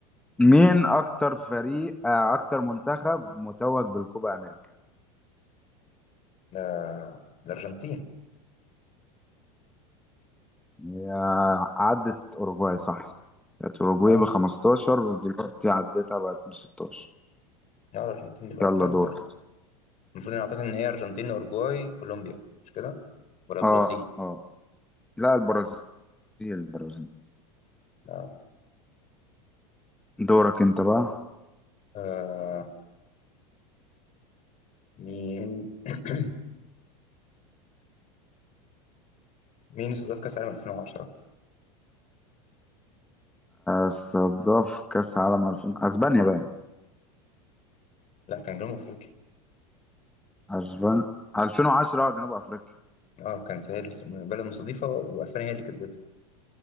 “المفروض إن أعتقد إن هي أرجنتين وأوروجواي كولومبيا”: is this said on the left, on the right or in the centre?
Left